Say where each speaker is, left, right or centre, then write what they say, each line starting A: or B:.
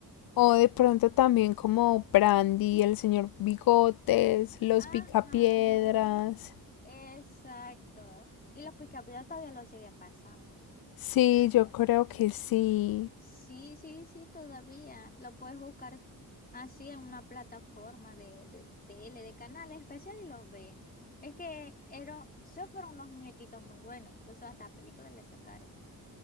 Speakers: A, on the left; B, on the left.
A: O de pronto también como Brandy, el señor Bigotes, los
B: Ajá,
A: Picapiedras.
B: exacto. Y los picapiedras todavía lo sigue pasando. O
A: Sí,
B: sea, me-
A: yo creo que sí.
B: Sí, sí, sí, todavía. Lo puedes buscar así en una plataforma de, de tele, de canales especiales y los ves. Es que eran, esos fueron unos muñequitos muy buenos, incluso hasta películas le sacaron.